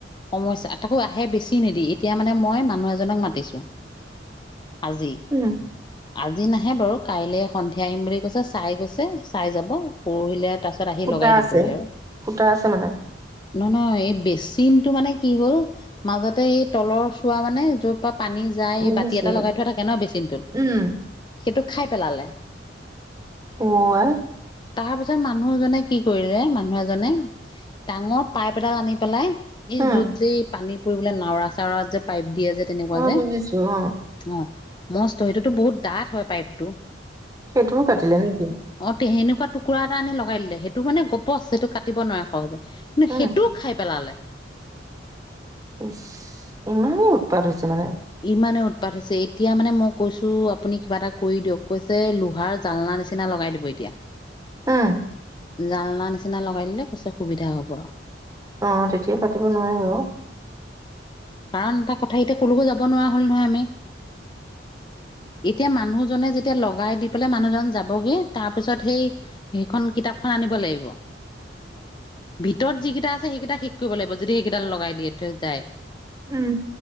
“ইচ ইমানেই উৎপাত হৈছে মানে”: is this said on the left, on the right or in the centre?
Right